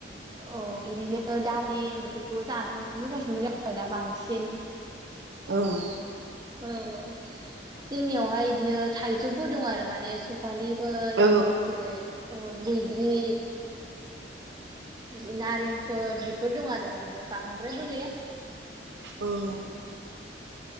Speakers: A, on the right (about 20°); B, on the right (about 75°).
A: औ बिदिनो दालि बेफोरखौ जानो मोजांसिन मोनो आरोना बांसिन
B: औ
A: औ-औ जोंनियावहाय बिदिनो थाइजौफोर दं आरो माने स फारिफोर
B: औ
A: जेरै औ मैग्रि जि नारेंफोर बेफोर दं आरो माने बांद्रायबो गैया।
B: औ